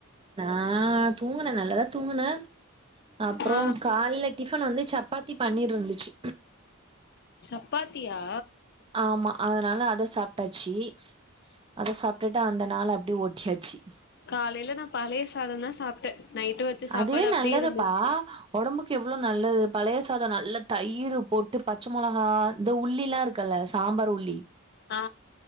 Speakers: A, on the right (about 25°); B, on the left (about 50°).
A: நா தூங்குன நல்லதா தூங்குன அப்றோ
B: ஆ
A: காலைல டிஃபன் வந்து ச ப்பாதி பன்னீர் இருந்துச்சு
B: சப்பாத்தியா
A: ஆமா அதனால அத சாப்ட்டாச்சு அத சாப்ட்டுட்டு அந்த நாள அப்டி ஒட்டியாச்சு
B: காலைல நா பழைய சாதோந்தான் சாப்ட்ட நைட்டு வெச்ச சாப்பாடு
A: அதுவே
B: அப்டியே
A: நல்லதுப்பா
B: இருந்துச்சு
A: ஒடம்புக்கு எவ்ளோ நல்லது பழைய சாதோ நல்லா தயிர் போட்டு பச்ச மொளகா இந்த உள்ளில்லா இருக்கல்ல சாம்பார் உள்ளி
B: ஆ